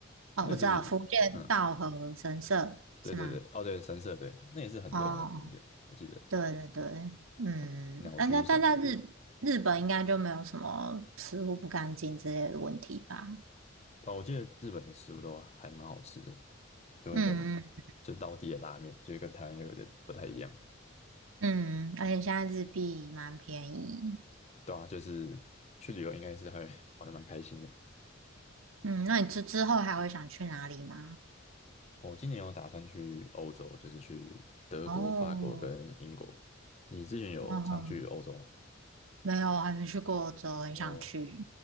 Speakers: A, on the right (about 80°); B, on the left (about 30°).
A: 哦，
B: 那个是不是？
A: 我知道福建道和神社是吗？
B: 嗯，对对对，哦对，神社对，那也是很热门的景点，
A: 哦哦，
B: 我记得。
A: 对对对，嗯，
B: 什么鸟居什么的。
A: 但在但在日日本应该就没有什么食物不干净之类的问题吧？
B: 哦，我记得日本的食物都还蛮好吃的，就很喜欢
A: 嗯嗯
B: 就道地的拉面，就是跟台湾又有点不太一样。
A: 嗯，而且现在日币蛮便宜。
B: 对啊，就是去旅游应该是还 <laughs> 玩的蛮开心的。
A: 嗯，那你之之后还会想去哪里吗？
B: 哦，今年有打算去欧洲，就是去德国、
A: 哦，
B: 法国跟英国。你之前有常去欧洲吗？
A: 嗯哼没有，还没去过欧洲，很想去。
B: 哦